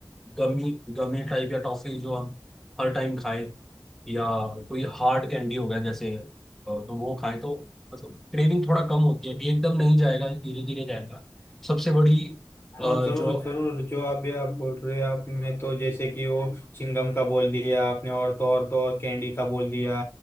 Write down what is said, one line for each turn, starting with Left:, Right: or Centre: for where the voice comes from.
Centre: गमी गमे टाइप या टॉफी जो हम हर टाइम खाएं या कोई हार्ड कैंडी हो गया जैसे अ, तो वो खाएं तो मतलब क्रेविंग थोड़ा कम होती है एकदम नहीं जाएगा धीरे धीरे जाएगा सबसे बड़ी अ,
Left: हाँ
Centre: जो
Left: जरूर जरूर जो आप ये आप बोल रहे हैं आप में तो जैसे कि वो चिंगम का बोल दिया आपने और तो और तो और कैंडी का बोल दिया